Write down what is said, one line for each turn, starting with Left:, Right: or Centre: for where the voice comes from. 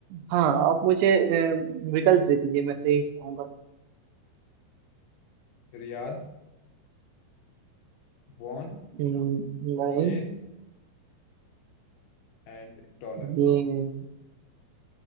Right: हाँ आप मुझे अ, विकल्प दे दीजिए मैं तो यही चाहूंगा
Left: Riyadh won
Right: हम्म, नहीं
Left: yen and dollar
Right: ये